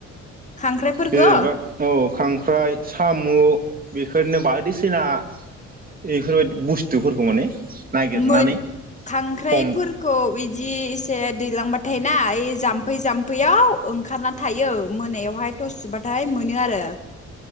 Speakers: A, on the left; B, on the right.
A: खांख्राइफोरखौ
B: जेनबा ओ खांख्राइ, साम' बेफोरनो बायदिसिना बेफोरबायदि बुस्थुफोरखौ माने? नागिरनानै
A: मोन खांख्राइफोरखौ
B: हम
A: इदि एसे दैलांबा थाय ना ओइ जाम्फै जाम्फैयाव ओंखारना थायो। मोनायावहाय थस सुबाथाय मोनो आरो।